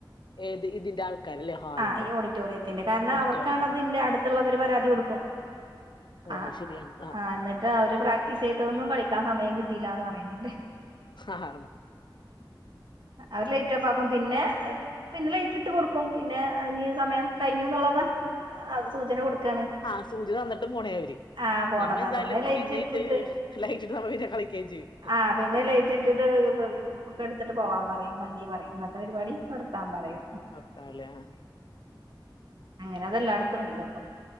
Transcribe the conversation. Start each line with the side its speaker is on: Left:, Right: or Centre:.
Left: ഏത് ഇതിന്റെ ആൾക്കാരല്ലേ ഹാളിന്റെ
Right: ആഹ് ഈ ഓഡിറ്റോറിയത്തിന്റെ കാരണം
Left: ഓഡിറ്റോറിയത്തിന്റെ
Right: അവർക്കാണതിന്റെ അടു ടുത്തുള്ളവര് പരാതി കൊടുക്കും
Left: ഓഹ്
Right: ആഹ്
Left: അഹ് ശരിയാണ്
Right: ആഹ് എന്നിട്ട് അവര് പ്രാക്ടീസ് ചെയ്തതൊന്നും കളിക്കാൻ സമയം കിട്ടില്ലന്ന് പറയുന്നുണ്ട്
Left: ആ
Right: അവര് ലൈറ്റ് ഓഫ് ആക്കും പിന്നെ പിന്നെ ലൈറ്റ് ഇട്ട് കൊടുക്കും പിന്നെ ഇഞ്ഞി സമയം കഴിഞ്ഞു എന്നുള്ളത അത് സൂചന കൊടുക്കാണ്
Left: ആഹ് സൂചന തന്നിട്ട് പോണയാ അവര്
Right: ആ പോണതാ
Left: നമ്മ എന്തായാലും
Right: ലൈറ്റ്
Left: പിന്നെ
Right: ഇട്ടിട്ട്
Left: ഇത് ലൈറ്റിട്ട് നമ്മ പിന്നെ കളിക്കയും ചെയ്യും
Right: ആഹ് പിന്നെ ലേറ്റ് ഇട്ടിട്ട് ഒക്കെ എടുത്തിട്ട് പോവാൻ പറയും മതി പറയും ഇന്നത്തെ പരിപാടി നിർത്താൻ പറയും
Left: നിർത്താലേ ആഹ്
Right: അങ്ങനെ അതെല്ലായിടത്തും ഉണ്ട് ഇപ്പൊ